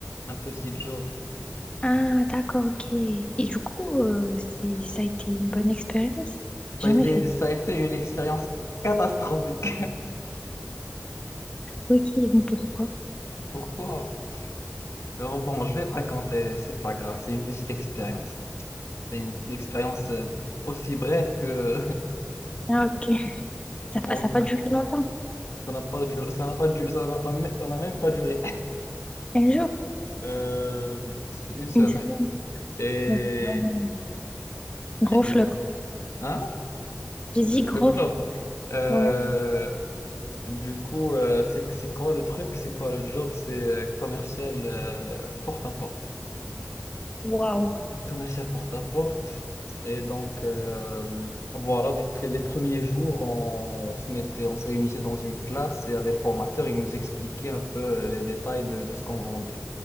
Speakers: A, on the left; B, on the left.
A: un petit job.
B: Ah, d'accord, ok. Et du coup, euh, c'est ça a été une bonne expérience? Jamais
A: Ça a été
B: fait.
A: ça a été une expérience catastrophique.
B: ça. Ok, mais pourquoi?
A: <laughs> Pourquoi? Alors, bon, je vais te raconter, c'est pas grave, c'est une petite expérience. C'est une expérience euh, aussi brève que
B: Ah, ok.
A: <laughs>
B: Ça n'a pas
A: en-
B: ça a pas duré longtemps.
A: ça n'a pas duré, ça n'a pas duré, ça n'a pas ça n'a même pas duré. <laughs>
B: Un jour?
A: Euh, c'était une semaine.
B: Une semaine?
A: Et
B: Ouais. Ah ouais. Gros
A: ah, du
B: flop,
A: coup,
B: quoi.
A: hein?
B: J'ai dit
A: Le,
B: gros
A: le flop.
B: flop,
A: Euh,
B: ouais.
A: du coup, euh, c'est c'est quoi le truc? C'est quoi le job? C'est euh, commercial euh, porte à porte.
B: Waouh.
A: Commercial porte à porte. Et donc, euh, voilà, donc les premiers jours, on, se mettait, on se réunissait dans une classe et avec le formateur, il nous expliquait un peu euh, les détails de, de ce qu'on vendait.